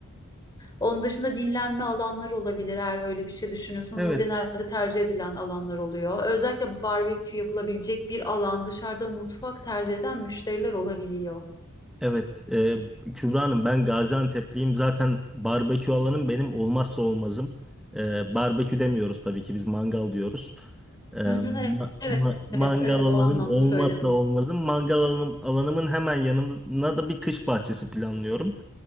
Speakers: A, on the left; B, in the centre.
A: Onun dışında dinlenme alanları olabilir eğer öyle bir şey düşünüyorsanız.
B: Evet,
A: Bu genelde tercih edilen alanlar oluyor. Özellikle barbekü yapılabilecek bir alan dışarıda mutfak tercih eden müşteriler olabiliyor.
B: Evet, e, Kübra Hanım ben Gaziantep'liyim. Zaten barbekü alanım benim olmazsa olmazım. E, barbekü demiyoruz tabii ki biz mangal diyoruz. E, ma-
A: Hı hı, e- evet,
B: ma- mangal
A: evet, evet
B: alanım
A: o anlamda
B: olmazsa
A: söyledim.
B: olmazım. Mangal alanım, alanımın hemen yanına da bir kış bahçesi planlıyorum.